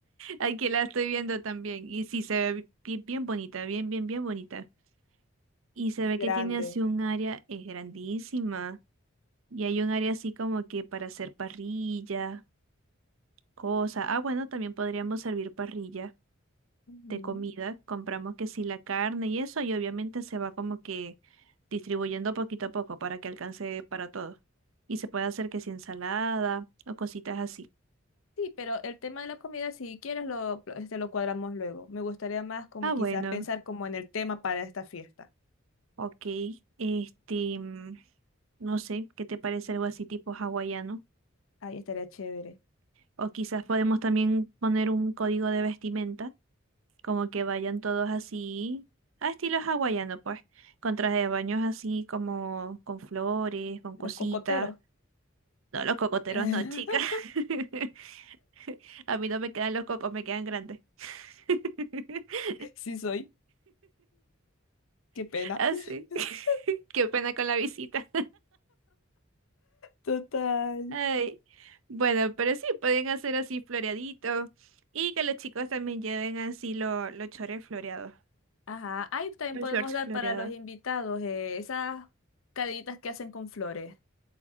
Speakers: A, on the right (about 70°); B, on the left (about 75°).
A: aquí la estoy viendo también. Y sí, se ve bien, bien bonita, bien, bien, bien bonita. Y se
B: Es
A: ve
B: grande.
A: que tiene así un área, es grandísima. Y hay un área así como que para hacer parrilla, cosas. Ah, bueno, también podríamos servir parrilla.
B: Ujú.
A: de comida, compramos que sí la carne y eso, y obviamente se va como que distribuyendo poquito a poco para que alcance para todos. Y se puede hacer que sí ensalada o cositas así.
B: Sí, pero el tema de la comida, si quieres, lo, pl- este, lo cuadramos luego. Me gustaría más como
A: Ah,
B: quizás
A: bueno,
B: pensar como en el tema para esta fiesta.
A: ok. Este, mm, no sé, ¿qué te parece algo así tipo hawaiano?
B: Ahí estaría chévere.
A: O quizás podemos también poner un código de vestimenta, como que vayan todos así, a estilo hawaiano, pues, con trajes de baños así como con flores, con cositas.
B: Los cocoteros.
A: No, los cocoteros
B: <laughs>
A: no, chica. <laughs> A mí no me quedan los cocos, me quedan grandes. <laughs>
B: Sí soy, qué pena.
A: Así.
B: <laughs>
A: <laughs> Qué pena con la visita.
B: Total.
A: Ay. Bueno, pero sí, pueden hacer así floreadito. Y que los chicos también lleven así lo- los chores floreados.
B: Ajá, ahí también
A: Los
B: podemos
A: shorts
B: dar
A: floreados.
B: para los invitados eh, esas cadenitas que hacen con flores.